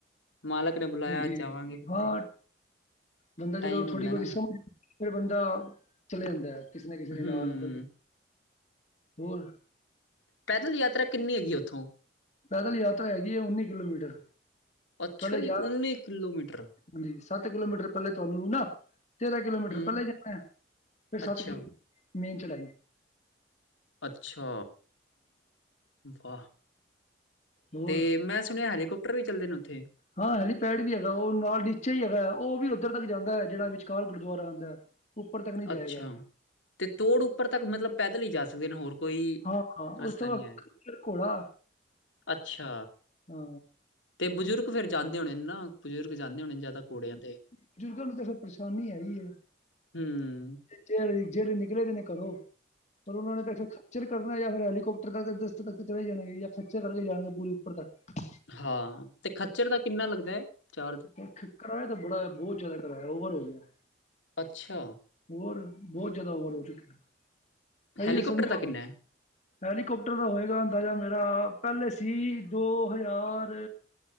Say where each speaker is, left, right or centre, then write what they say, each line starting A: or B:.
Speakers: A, on the left; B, on the left.
A: ਮਾਲਕ ਨੇ ਬੁਲਾਇਆ
B: ਹੁੰਦੀ
A: ਜਾਵਾਂਗੇ
B: ਹੈ
A: ਫਿਰ
B: ਹਾਂ।
A: ਤੇ,
B: ਬੰਦਾ
A: ਟਾਈਮ
B: ਜਦੋਂ
A: ਹੁੰਦਾ
B: ਥੋੜੀ ਬਹੁਤੀ
A: ਨਾ।
B: ਸਮਝ ਲੈਂਦੇ। ਫਿਰ ਬੰਦਾ ਚਲੇ ਜਾਂਦਾ ਐ। ਕਿਸੇ ਨਾ ਕਿਸੇ ਦੇ
A: ਹੂੰ,
B: ਨਾਲ ਕੋਈ ਹੋਰ
A: ਪੈਦਲ ਯਾਤਰਾ ਕਿੰਨੀ ਹੈਗੀ ਉੱਥੋਂ?
B: ਪੈਦਲ ਯਾਤਰਾ ਹੈਗੀ ਆ। ਉੱਨੀ ਕਿਲੋਮੀਟਰ
A: ਅੱਛਾ
B: ਪਹਿਲੇ
A: ਜੀ।
B: ਜਾ
A: ਉੱਨੀ ਕਿਲੋਮੀਟਰ।
B: ਹਾਂਜੀ ਸੱਤ ਕਿਲੋਮੀਟਰ ਪਹਿਲੇ ਤੂਰ ਲੈਣਾ ਨਾ। ਤੇਰਾਂ ਕਿਲੋਮੀਟਰ
A: ਹੂੰ,
B: ਪਹਿਲਾਂ ਜਾਣਾ। ਫਿਰ ਸੱਤ
A: ਅੱਛਾ,
B: ਕਿਲੋਮੀਟਰ ਮੇਨ ਚੜ੍ਹਾਈ।
A: ਅੱਛਾ ਵਾਹ।
B: ਹੋਰ
A: ਤੇ ਮੈਂ ਸੁਣਿਆ ਹੈਲੀਕਾਪਟਰ ਵੀ ਚੱਲਦੇ ਨੇ ਉੱਥੇ?
B: ਹਾਂ ਹੈਲੀਪੈਡ ਵੀ ਹੈਗਾ। ਉਹ ਨਾਲ ਨੀਚੇ ਹੀ ਹੈਗਾ। ਉਹ ਵੀ ਉੱਧਰ ਤੱਕ ਜਾਂਦਾ ਹੈ ਜਿਹੜਾ ਵਿਚਕਾਰ ਗੁਰਦੁਆਰਾ ਆਉਂਦਾ। ਉੱਪਰ ਤੱਕ ਨਹੀਂ ਜਾਏਗਾ।
A: ਅੱਛਾ। ਤੇ ਥੋੜੀ ਉੱਪਰ ਤੱਕ ਮਤਲਬ ਪੈਦਲ ਹੀ ਜਾ ਸਕਦੇ ਨੇ, ਹੋਰ ਕੋਈ
B: ਹਾਂ ਹਾਂ
A: ਰਸਤਾ
B: ਉਸ ਤੋਂ ਬਾਅਦ
A: ਨਹੀਂ ਐ।
B: ਫਿਰ ਘੋੜਾ
A: ਅੱਛਾ।
B: ਹੂੰ
A: ਤੇ ਬਜ਼ੁਰਗ ਫੇਰ ਜਾਂਦੇ ਹੋਣੇ ਨਾ। ਬਜ਼ੁਰਗ ਜਾਂਦੇ ਹੋਣੇ ਜ਼ਿਆਦਾ। ਘੋੜਿਆਂ ਤੇ
B: ਬਜ਼ੁਰਗਾਂ ਨੂੰ ਤਾਂ ਫਿਰ ਪਰੇਸ਼ਾਨੀ ਹੈ ਹੀ ਹੈ।
A: ਹੂੰ
B: ਜਿਹੜੇ-ਜਿਹੜੇ ਨਿਕਲੇ ਤੇ ਨੇ ਘਰੋਂ, ਪਰ ਉਹਨਾਂ ਨੇ ਤਾਂ ਫੇਰ ਖੱਚਰ ਕਰਨਾ ਜਾਂ ਫਿਰ ਹੈਲੀਕੋਪਟਰ ਤੱਕ ਦਸ ਤੱਕ ਚਲੇ ਹੀ ਜਾਣਗੇ। ਜਾਂ ਖੱਚਰ ਕਰਕੇ ਜਾਣਗੇ ਪੂਰੀ ਉੱਪਰ ਤੱਕ।
A: ਹਾਂ ਤੇ ਖੱਚਰ ਦਾ ਕਿੰਨਾ ਲੱਗਦਾ ਹੈ ਚਾਰਜ?
B: ਕਿਰਾਇਆ ਤਾਂ ਬੜਾ ਬਹੁਤ ਜ਼ਿਆਦਾ ਕਿਰਾਇਆ ਓਵਰ ਹੋ ਗਿਆ।
A: ਅੱਛਾ।
B: ਹੂੰ। ਬਹੁਤ ਜਿਆਦਾ ਓਵਰ ਹੋ ਚੁੱਕਿਆ। ਇਹਿਓ
A: ਹੈਲੀਕਾਪਟਰ
B: ਸਮਝਿਓ
A: ਦਾ ਕਿੰਨਾ ਹੈ
B: ਹੈਲੀਕੋਪਟਰ ਦਾ ਹੋਏਗਾ ਅੰਦਾਜ਼ਾ ਮੇਰਾ। ਪਹਿਲੇ ਸੀ ਦੋ ਹਜ਼ਾਰ